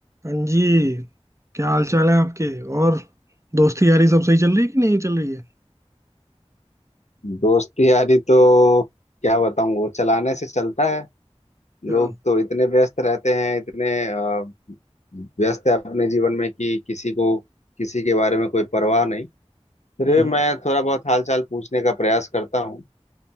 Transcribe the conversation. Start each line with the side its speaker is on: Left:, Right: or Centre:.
Right: हाँ जी क्या हाल चाल है आपके और दोस्ती यारी सब सही चल रही है कि नहीं चल रही है
Left: दोस्ती यारी तो क्या बताऊं वो चलाने से चलता है
Right: क्या
Left: लोग
Right: हम्म
Left: तो इतने व्यस्त रहते हैं इतने अ, व्यस्त है अपने जीवन में कि किसी को किसी के बारे में कोई परवाह नहीं फिर
Right: हम्म।
Left: भी मैं थोड़ा बहुत हालचाल पूछने का प्रयास करता हूँ